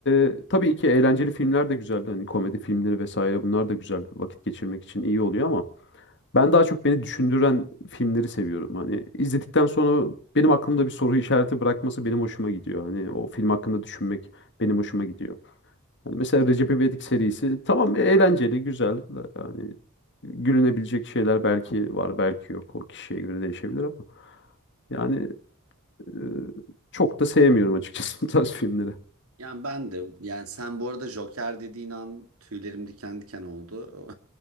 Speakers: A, on the left; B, on the right.
A: e, tabii ki eğlenceli filmler de güzeldi. Hani komedi filmleri vesaire bunlar da güzel vakit geçirmek için iyi oluyor ama ben daha çok beni düşündüren filmleri seviyorum. Hani izledikten sonra benim aklımda bir soru işareti bırakması benim hoşuma gidiyor. Hani o film hakkında düşünmek benim hoşuma gidiyor. Hani mesela Recep İvedik serisi tamam eğlenceli, güzel. Yani gülünebilecek şeyler belki var, belki yok. O kişiye göre değişebilir ama yani e, çok da sevmiyorum açıkçası <laughs> bu tarz filmleri.
B: Yani ben de yani sen bu arada Joker dediğin an tüylerim diken diken oldu.